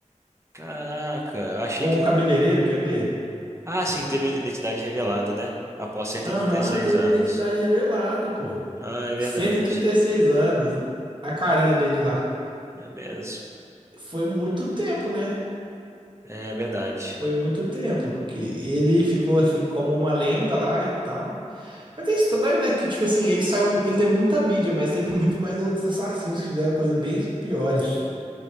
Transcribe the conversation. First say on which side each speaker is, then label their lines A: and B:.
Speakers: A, on the right; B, on the right.
A: Caraca, eu achei
B: Ou
A: que.
B: um cabeleireiro, quer ver?
A: Ah, sim, teve a identidade revelada, né? Após cento
B: Aham,
A: e oitenta e seis
B: teve
A: anos.
B: identidade revelada, pô.
A: Ah, é verdade.
B: Cento e e trinta e seis anos. A carinha dele lá.
A: É mesmo.
B: Foi muito tempo, né?
A: É verdade.
B: Foi muito tempo que ele ficou assim como uma lenda lá e tal. Mas é estranho, né? Que, tipo assim, ele saiu, ele teve muita mídia, mas teve <laughs> muito mais outros assassinos que fizeram coisas bem piores.